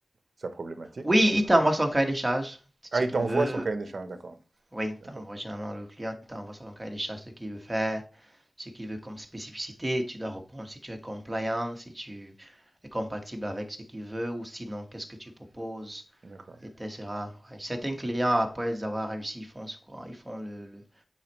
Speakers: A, on the right; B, on the right.
A: sa problématique.
B: Oui, il t'envoie son cahier des charges, ce
A: Ah, il
B: qu'il
A: t'envoie
B: veut.
A: son cahier des charges, d'accord.
B: Oui, il t'envoie
A: D'accord.
B: généralement le client, il t'envoie son cahier des charges, ce qu'il veut faire, ce qu'il veut comme spécificité. Tu dois répondre si tu es compliant, si tu es compatible avec ce qu'il veut, ou sinon, qu'est-ce que tu proposes,
A: D'accord.
B: etc. Ouais. Certains
A: D'accord.
B: clients, après avoir réussi, ils font, ce qu'on- ils font le, le,